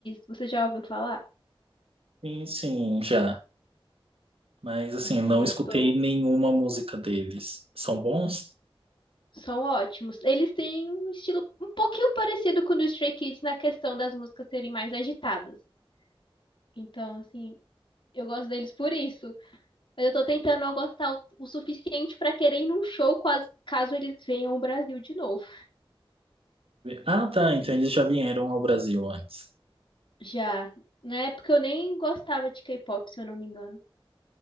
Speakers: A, on the left; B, on the right.
A: Você já ouviu falar?
B: Sim, sim, já. Mas assim, não
A: É,
B: escutei
A: eu tô...
B: nenhuma música deles. São bons?
A: São ótimos. Eles têm um estilo um pouquinho parecido com o do Stray Kids na questão das músicas serem mais agitadas. Então, assim, eu gosto deles por isso. Mas eu tô tentando não gostar o, o suficiente pra querer ir num show quase, caso eles venham ao Brasil de novo.
B: Ah, tá. Então eles já vieram ao Brasil antes.
A: Já. Na época eu nem gostava de K-pop, se eu não me engano.